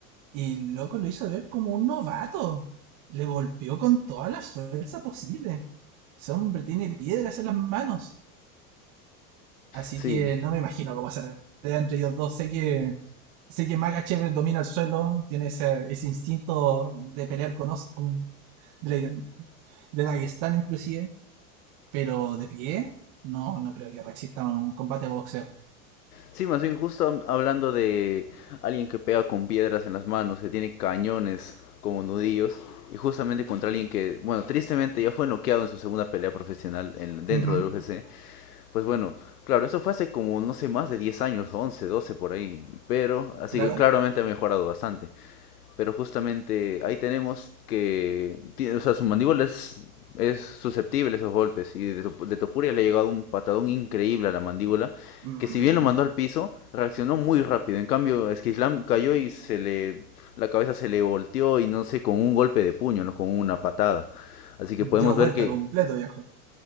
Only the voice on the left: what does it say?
Sí.
Sí, más bien justo hablando de alguien que pega con piedras en las manos, que tiene cañones como nudillos, y justamente contra alguien que, bueno, tristemente ya fue noqueado en su segunda pelea profesional en- dentro
del UFC, pues bueno, claro, eso fue hace como, no sé, más de 10 años, 11, 12 por ahí, pero, así
que claramente ha mejorado bastante. Pero justamente ahí tenemos que, tiene- o sea, su mandíbula es, es susceptible a esos golpes. Y de, Top- de Topuria le ha llegado un patadón increíble a la mandíbula,
que si bien lo mandó al piso, reaccionó muy rápido. En cambio, Esquislam cayó y se le, la cabeza se le volteó y no sé, con un golpe de puño, no con una patada. Así que
podemos
ver que